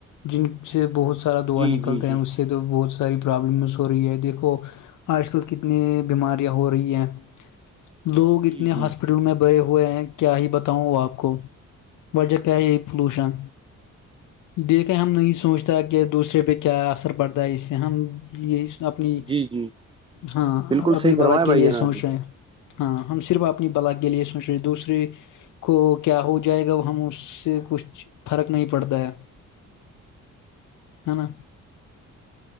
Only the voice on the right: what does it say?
جی
جی جی
جی
جی
جی جی
بالکل
صحیح
فرمایا
بھائی
جان آپ
نے